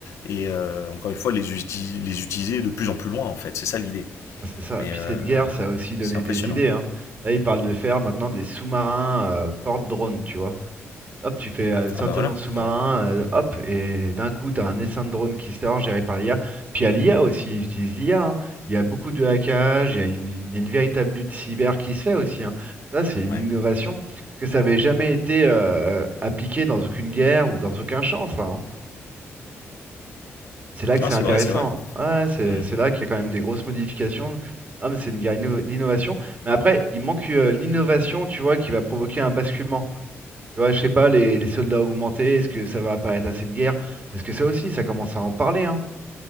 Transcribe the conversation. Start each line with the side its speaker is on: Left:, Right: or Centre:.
Left: et euh, encore une fois les, uti- les utiliser de plus en plus loin en fait c'est ça l'idée
Right: Mhm. Ah, C'est ça.
Left: mais
Right: Puis
Left: euh,
Right: cette guerre, ça a aussi donné
Left: c'est impressionnant
Right: des idées. hein. Là, ils parlent de faire maintenant des sous-marins euh, porte-drones, tu vois. Hop, tu fais euh, sortir
Left: ah bah voilà
Right: ton sous-marin,
Left: ouais
Right: euh, hop, et d'un coup, tu as un essaim de drone qui sort, géré par l'IA. Puis à l'IA aussi, ils utilisent l'IA. hein. Il y a beaucoup de hackage, il y a une, une- une véritable lutte cyber qui se fait aussi. hein. Ça, c'est une
Left: ouais
Right: innovation que ça n'avait jamais été euh, appliqué dans aucune guerre ou dans aucun champ, ça. hein. C'est là que
Left: ah
Right: c'est
Left: c'est
Right: intéressant.
Left: vrai c'est vrai
Right: Ouais, c'est
Left: Hmm.
Right: c'est là qu'il y a quand même des grosses modifications. Ah, mais c'est une guerre d'inno- d'innovation. Mais après, il manque euh, l'innovation, tu vois, qui va provoquer un basculement. Tu vois, je sais pas, les, les soldats augmentés, est-ce que ça va apparaître assez de guerre? Parce que ça aussi, ça commence à en parler, hein.